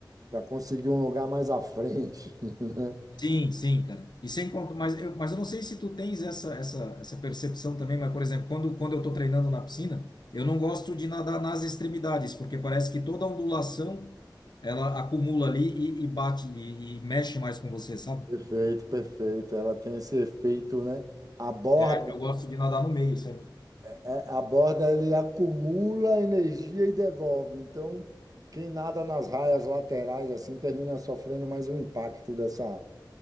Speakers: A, on the right; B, on the left.
A: para conseguir um lugar mais à frente, <laughs> né?
B: Sim, sim, cara. E sem conta, mas eu, mas eu não sei se tu tens essa, essa, essa percepção também, mas, por exemplo, quando, quando eu estou treinando na piscina, eu não gosto de nadar nas extremidades, porque parece que toda ondulação ela acumula ali e, e bate e, e mexe mais com você, sabe?
A: Perfeito, perfeito. Ela tem esse efeito, né? A borda,
B: É, eu gosto de nadar no meio sempre.
A: é, a borda ele acumula energia e devolve. Então, quem nada nas raias laterais assim termina sofrendo mais o impacto dessa